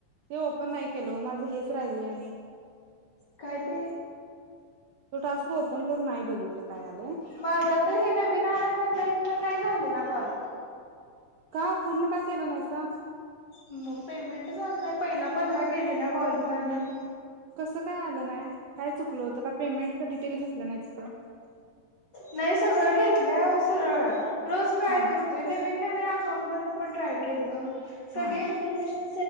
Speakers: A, on the right (about 75°); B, on the left (about 45°).
A: ते ओपन नाही केल माझं हेच राहिलय आणि
B: काय ते?
A: तो टास्क ओपन करून नाही बघितलं काय आलंय
B: माझं तर हे नवीन आलायच आप पण नाही झालेला कॉल
A: का पूर्ण का केला नाहीसा?
B: मग पेमेंट झालं नाही पहिला पंधरा केलेल्या कॉलचा आणि
A: कसं काय आलं नाही, काय चुकलं होतं? का पेमेंटच डिटेल घेतलं नाही तिथं?
B: नाही सगळं घेतलंह सरळ रोज ट्राय
A: हा
B: करतोय. मी नवीन अकाऊंट वरण पण ट्राय केलं सगळे
A: हा
B: इन्फॉर्मेशन